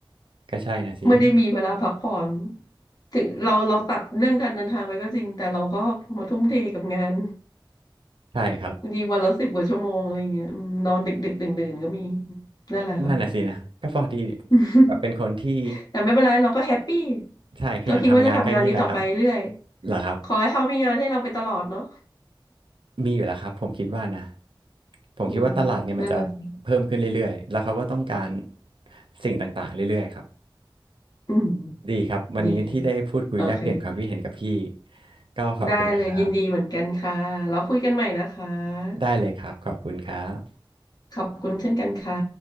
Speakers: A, on the right (about 70°); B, on the left (about 50°).
A: ก็ใช่นะสิ
B: ไม่ได้มีเวลาพักผ่อนถึงเราเราตัดเรื่องการเดินทางไปก็จริงแต่เราก็มาทุ่มเทกับงาน
A: ใช่ครับ
B: บางทีวันละสิบกว่าชั่วโมงอะไรเงี้ยอืมนอนดึกดึกดื่นดื่นๆก็มีนั่นแหละค่ะ
A: นั่นน่ะสินะก็พอดี
B: <laughs>
A: แบบเป็นคนที่
B: แต่ไม่เป็นไรเราก็แฮปปี้
A: ใช่ขยันทำงานก็อย่างนี้แหละครับ
B: ก็คิดว่าจะทำงานนี้ต่อไปเรื่อย
A: เหรอครับ
B: ขอให้เขามีงานให้เราไปตลอดเนาะ
A: มีอยู่แล้วครับผมคิดว่านะผมคิดว่าตลาดเนี่ยมันจะเพิ่มขึ้นเรื่อยๆแล้วเขาก็ต้องการ
B: อืมนั่นแหละสิ
A: สิ่งต่างๆเรื่อยๆครับ
B: อืม
A: ดีครับวันนี้ที่ได้พูดคุยแลกเปลี่ยนความคิดเห็นกับพี่
B: ดีโอเค
A: ก็ขอบคุณนะครับ
B: ได้เลยยินดีเหมือนกันค่ะแล้วคุยกันใหม่นะคะ
A: ได้เลยครับขอบคุณครับ
B: ขอบคุณเช่นกันค่ะ